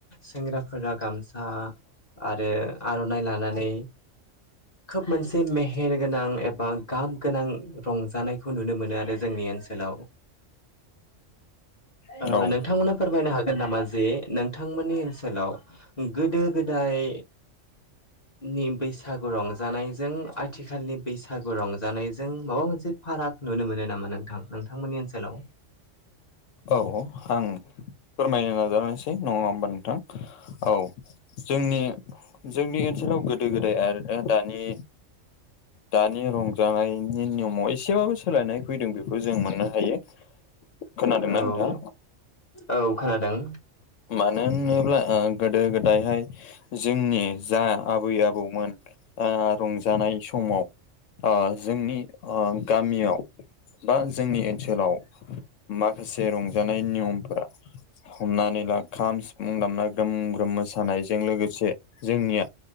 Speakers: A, on the left; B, on the left.
A: सेंग्राफोरा गामसा आरो आर'नाइ लानानै। खोब मोनसे मेहेर गोनां एबा गाब गोनां रंजानायखौ नुनो मोनो आरो जोंनि ओनसोलाव।
B: औ
A: ओ नोंथांमोना फोरमायनो हा गोन नामा जे नोंथांमोननि ओनसोलाव गोदो-गोदाय नि बैसागु रंजानायजों आथिखालनि बैसागु रंजानाय जों माबा मोनसे फाराग नुनो मोनो नामा नोंथां नोंथांमोननि ओनसोलाव।
B: औ आं फोरमायनो नाजानोसै नङा होमबा नोंथां औ जोंनि जोंनि ओनसोलाव गोदो-गोदाय आरो दानि दानि रंजानायनि नियमाव एसेबाबो सोलायनाय फैदों बेखौ जों मोननो हायो। खोनादोंना
A: औ
B: नोंथां
A: औ खोनादों।
B: मानो होनोब्ला गोदो-गोदायहाय जोंनि जा आबै आबौमोन ओ रंजानाय समाव ओ जोंनि ओ गामियाव बा जोंनि ओनसोलाव। माखासे रंजानाय नियमफोरा हमनानै ला खाम, सिफुं दामना ग्रोम ग्रोम मोसानायजों लोगोसे। जोंनिया